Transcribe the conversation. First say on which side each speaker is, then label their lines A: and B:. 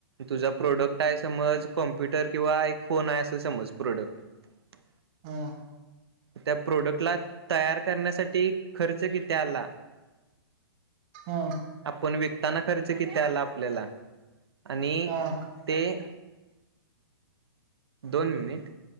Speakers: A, on the right (about 75°); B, on the right (about 20°).
A: तुझा प्रॉडक्ट आहे समज कॉम्प्युटर किंवा आय फोन आहे अस समजत प्रॉडक्ट. <inaudible>
B: <inaudible>
A: त्या प्रोडक्टला तयार करण्यासाठी खर्च किती आला.
B: हा.
A: पण विकताना खर्च किती आला आपल्याला आणिई
B: हा
A: तेए दोन मिनिट